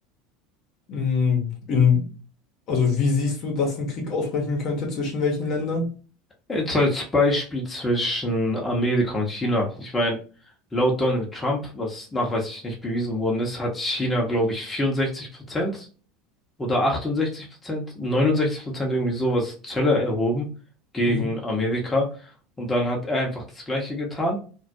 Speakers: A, on the left; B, on the left.
A: Mm, In, also wie siehst du, dass ein Krieg ausbrechen könnte zwischen welchen Ländern?
B: Jetzt als Beispiel zwischen Amerika und China. Ich meine, laut Donald Trump, was nachweislich nicht bewiesen worden ist, hat China, glaube ich, 64 Prozent oder 68 Prozent, 69 Prozent irgendwie sowas Zölle erhoben gegen
A: Mhm.
B: Amerika. Und dann hat er einfach das Gleiche getan.